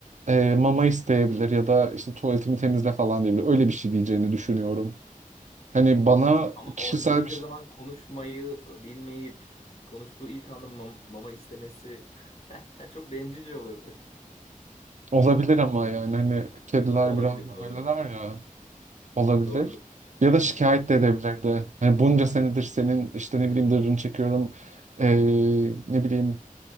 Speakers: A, on the right (about 55°); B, on the left (about 45°).
A: e, mama isteyebilir ya da işte tuvaletimi temizle falan diyebilir. Öyle bir şey diyeceğini düşünüyorum. Hani bana kişisel
B: o- bunca
A: bir şey
B: zaman konuşmayı bilmeyip konuştuğu ilk anda mam- mama istemesi <laughs> çok bencilce olurdu.
A: olabilir ama yani hani kediler
B: Ama olabilir
A: biraz da
B: doğru.
A: öyleler ya. olabilir.
B: Doğrudur.
A: Ya da şikayet de edebilirdi. Hani bunca senedir senin işte ne bileyim dırrını çekiyorum. eee, ne bileyim